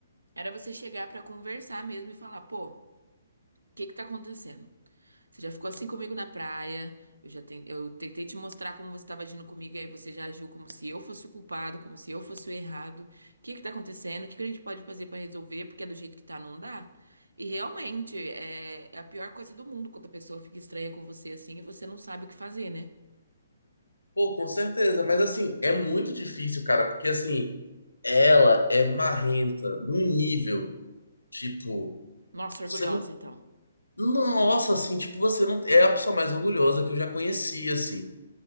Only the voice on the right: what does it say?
era você chegar pra conversar mesmo e falar, pô, o que que tá acontecendo? Você já ficou assim comigo na praia. Eu já ten- eu tentei te mostrar como você estava agindo comigo, e aí você já agiu como se eu fosse o culpado, como se eu fosse o errado. O que que tá acontecendo? O que que a gente pode fazer pra resolver? Porque do jeito que tá, não dá. E realmente é, é a pior coisa do mundo quando a pessoa fica estranha com você assim e você não sabe o que fazer, né?
Nossa,
orgulhosa,
então.